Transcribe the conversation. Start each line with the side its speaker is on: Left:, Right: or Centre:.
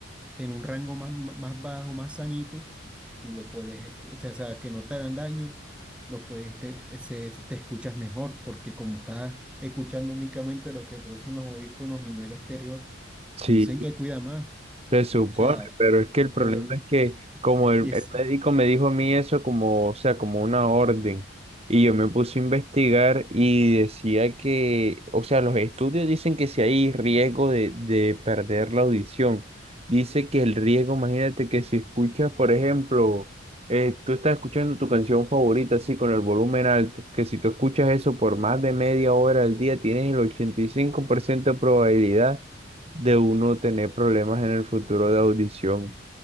Centre: en un rango más, más más bajo, más sanito, tú lo puedes, escu- o sea, o sea, que no te hagan daño, los puedes, te, se- se- te escuchas mejor, porque como estás escuchando únicamente lo que producen los audífonos y no el exterior,
Right: Sí,
Centre: dicen que cuida más. O
Right: Se supone,
Centre: sea,
Right: pero es que el problema
Centre: pero el-
Right: es que como el,
Centre: y es
Right: el médico me dijo a mí eso como, o sea, como una orden, y yo me puse a investigar y decía que, o sea, los estudios dicen que si hay riesgo de, de perder la audición, dice que el riesgo, imagínate que si escuchas, por ejemplo, eh, tú estás escuchando tu canción favorita así con el volumen alto, que si tú escuchas eso por más de media hora al día, tienes el 85% de probabilidad de uno tener problemas en el futuro de audición.